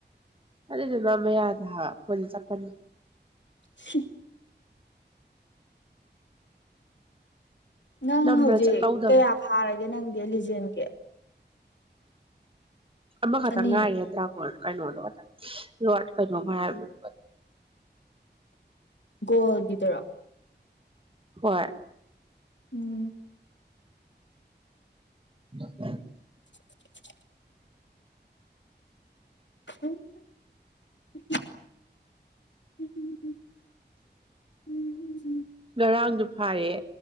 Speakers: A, on the right; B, on the left.
A: ꯑꯗꯨꯗꯣ ꯅꯝꯕ ꯌꯥꯗꯦ ꯍꯥꯢꯕ ꯐꯣꯟꯖꯦ ꯆꯠꯄꯅꯤ
B: ꯁꯤ ꯅꯪ
A: ꯅꯝꯕꯗ
B: ꯍꯧꯖꯤꯛ
A: ꯆꯠꯍꯧꯗꯕꯅꯤ
B: ꯀꯌꯥ ꯐꯥꯔꯒꯦ ꯅꯪꯗꯤ ꯂꯤꯖꯦꯟꯒꯤ
A: ꯑꯃꯈꯛꯇꯪ
B: ꯑꯅꯤ
A: ꯉꯥꯏꯔꯦ ꯗ꯭ꯔꯥꯒꯣꯟ ꯀꯩꯅꯣ ꯑꯗꯥ ꯂꯣꯠ ꯀꯩꯅꯣꯝ ꯍꯥꯏꯕꯅꯦ
B: ꯒꯣꯜꯒꯤꯗꯨꯔꯥ
A: ꯍꯣꯢ
B: ꯎꯝ
A: <unintelligible>
B: <unintelligible> <unintelligible> ꯎꯝ ꯎꯝ ꯎꯝ
A: ꯉꯔꯥꯡꯗꯨ ꯐꯥꯌꯦ